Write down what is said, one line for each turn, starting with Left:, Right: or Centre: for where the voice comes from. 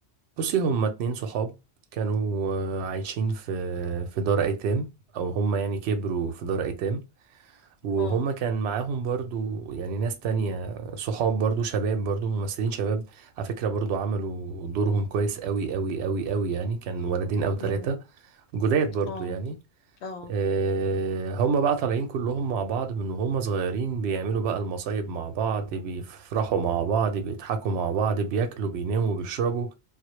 Right: بصي هما اتنين صحاب كانوا آه، عايشين في في دار ايتام او هما يعني كبروا في دار ايتام وهم
Left: اه
Right: كان معاهم برضو يعني ناس تانية صحاب برضو شباب برضو ممثلين شباب على فكرة برضو عملوا دورهم كويس قوي قوي قوي قوي يعني كان ولدين أو ثلاثة
Left: مم.
Right: جداد برضو
Left: اه
Right: يعني
Left: اه
Right: آه، هم بقى طالعين كلهم مع بعض من وهم صغيرين بيعملوا بقى المصايب مع بعض بيفرحوا مع بعض بيضحكوا مع بعض بياكلوا بيناموا بيشربوا